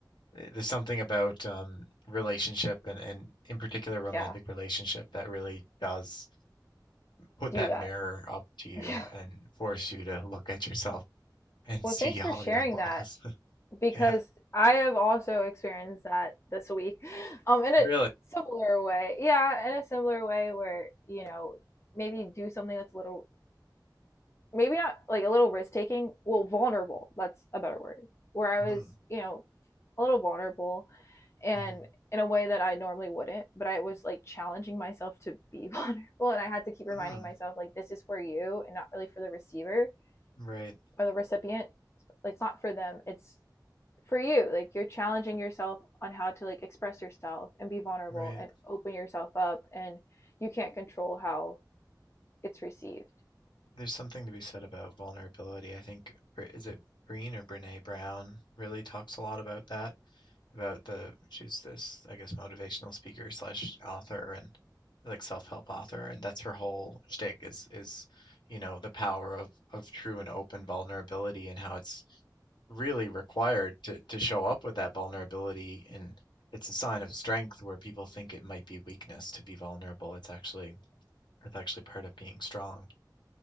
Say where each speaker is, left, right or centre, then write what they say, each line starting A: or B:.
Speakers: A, on the left; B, on the left.
A: eh, there's something about um, relationship and, and in particular romantic
B: yeah
A: relationship that really does put
B: do
A: that
B: that
A: mirror up
B: <laughs>
A: to you
B: yeah
A: and force you to look at yourself and
B: well
A: <laughs> see
B: thanks
A: all
B: for sharing
A: your flaws.
B: that
A: <laughs>
B: because
A: Yeah.
B: I have also experienced that this week, <gasps> um, in a
A: Really?
B: similar way. Yeah, in a similar way where you know maybe do something that's a little, maybe not like a little risk taking. Well, vulnerable. That's a better word. Where I
A: Mm-hmm.
B: was, you know, a little vulnerable, and
A: Mm-hmm.
B: in a way that I normally wouldn't. But I was like challenging myself to be <laughs> vulnerable, and I had to keep
A: hmm
B: reminding myself like this is for you and not really for the receiver
A: Right.
B: or the recipient. It's not for them. It's for you like you're challenging yourself on how to like express yourself and be vulnerable
A: Right.
B: and open yourself up and you can't control how it's received
A: There's something to be said about vulnerability. I think Br- is it Breen or Brene Brown really talks a lot about that. about the she's this I guess motivational speaker slash author and like self-help author and that's her whole shtick is is you know the power of of true and open vulnerability and how it's really required to to show up with that vulnerability and it's a sign of strength where people think it might be weakness to be vulnerable it's actually it's actually part of being strong